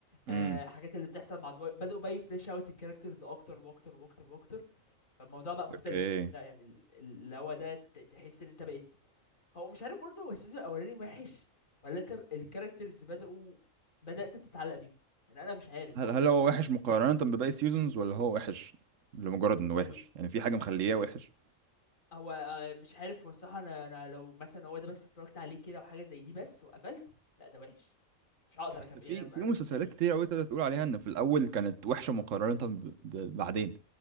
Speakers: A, on the right; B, on the left.
A: امم
B: آه حاجات اللي بتحصل مع دواي بدأوا بقى يفليش اوت الكاركترز أكتر وأكتر وأكتر وأكتر فالموضوع بقى مختلف
A: اوكي
B: لا يعني ال- اللي هو ده ت- تحس إن أنت بقيت هو مش عارف برضه هو السيزون الاولاني وحش ولا انت الكاركترز بدأوا بدأت انت تتعلق بيهم يعني انا مش عارف
A: هل
B: برضه
A: هل
B: يعني
A: هو
B: انت
A: وحش مقارنة بباقي السيزونز ولا هو وحش لمجرد انه
B: يعني
A: وحش يعني في حاجة مخلياه وحش
B: هو آه، مش عارف هو الصراحة انا انا لو مثلا هو ده بس اتفرجت عليه كده وحاجة زي دي بس وقفلت لا ده وحش مش هقدر
A: اصل
B: اكمل
A: في
B: يعني انا
A: في مسلسلات
B: أنا- يعني
A: كتير قوي تقدر تقول عليها ان في الاول كانت وحشة مقارنة ب... ب... بعدين